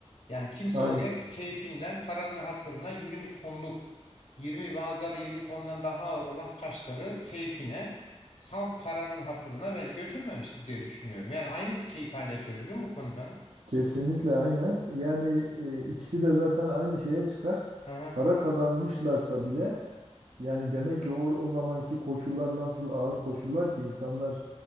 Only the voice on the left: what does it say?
Yani kimse
oraya keyfinden paranın hatırına 20 tonluk 20 bazıları 20 tondan daha ağır olan taşları keyfine salt paranın hatırına bence götürmemiştir diye düşünüyorum. Yani aynı şeyi paylaşıyoruz değil mi bu konuda?
Aha,